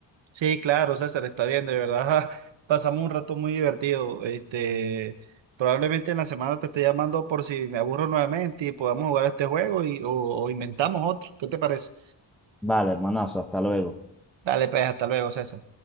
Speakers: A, on the right (about 75°); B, in the centre.
A: Sí, claro, César, está bien, de verdad. <laughs> Pasamos un rato muy divertido. Este, probablemente en la semana te esté llamando por si me aburro nuevamente y podamos jugar este juego y, o, o inventamos otro. ¿Qué te parece?
B: Vale, hermanazo, hasta luego.
A: Dale, pues, hasta luego, César.